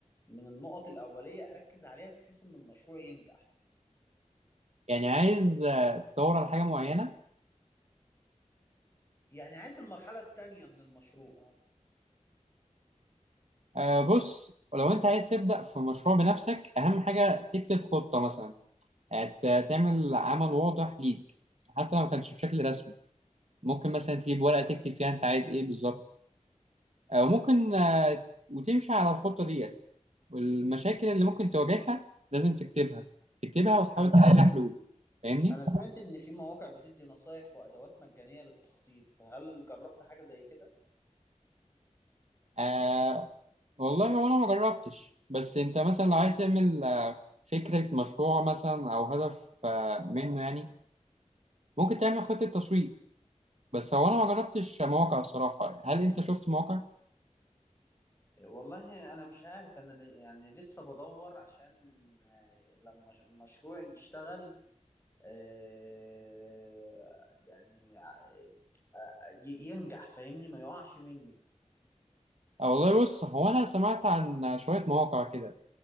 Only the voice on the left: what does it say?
من النقط الأولية أركز عليها بحيث إن المشروع ينجح
يعني عايز المرحلة التانية من المشروع
آه.
أنا سمعت إن في مواقع بتدي نصايح وأدوات مجانية للتخطيط، هل جربت حاجة زي كده؟
والله أنا مش عارف أنا ل- يعني لسه بدور عشان آه، لما ش- المشروع يشتغل آه، يعني آه، آه، ي- ينجح فاهمني ما يقعش مني